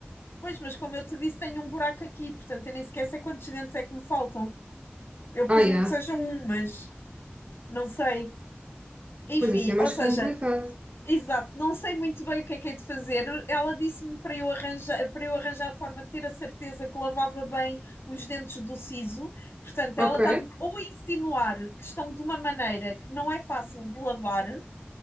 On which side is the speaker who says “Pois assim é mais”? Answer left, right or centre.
Right